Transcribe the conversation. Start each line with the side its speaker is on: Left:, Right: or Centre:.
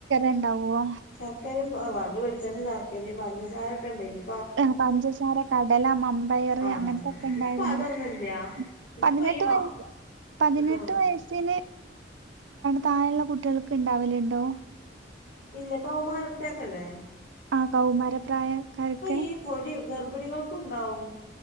Right: ഉണ്ടാവോ
Left: ശർക്കരയും പണ്ട് വെളിച്ചെണ്ണയും, ശർക്കരയും, പഞ്ചസാര ഒക്കെ ഉണ്ടേലും
Right: ആ പഞ്ചസാര കടല, മമ്പയർ
Left: ആഹ്
Right: അങ്ങനത്തൊക്കെ ഉണ്ടായിരുന്നല്ലോ.
Left: ഇപ്പൊ അതൊന്നുല്ല ഇപ്പൊ
Right: പതിനെട്ട്
Left: ഈ മാ
Right: വയ പതിനെട്ട്
Left: ഇതള്ളു
Right: വയസ്സ് താഴെയുള്ള കുട്ടികൾക്ക് ഇണ്ടാവലുണ്ടോ
Left: ഇതിപ്പം അവൻമാർക്ക് പൂട്ടിയിരിക്കല്ലേ.
Right: ആഹ കൗമാര പ്രായക്കാർക്ക്
Left: ഈ പൊടി ഗർഭിണികൾക്കും ഉണ്ടാവും.